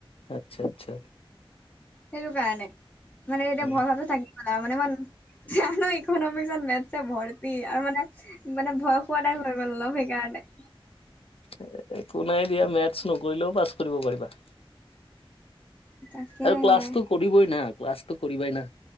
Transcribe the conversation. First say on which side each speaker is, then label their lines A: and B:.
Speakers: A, on the left; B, on the left.
A: আচ্ছা আচ্ছা।
B: সেইটো কাৰণে মানে এতিয়া
A: উম।
B: ভয় ভাৱে থাকিব না <inaudible> আৰু মানে মান জানো ইকনমিক্সত মেথছে ভৰ্তি আৰু মানে মানে ভয় খোৱা নাই হৈ গ'ল অলপ সেইকাৰণে।
A: এ একো নাই দিয়া মেথছ নকৰিলেও পাছ কৰিব পাৰিবা।
B: তাকেহে
A: আৰু ক্লাছটো কৰিবই না, ক্লাছটো কৰিবাই না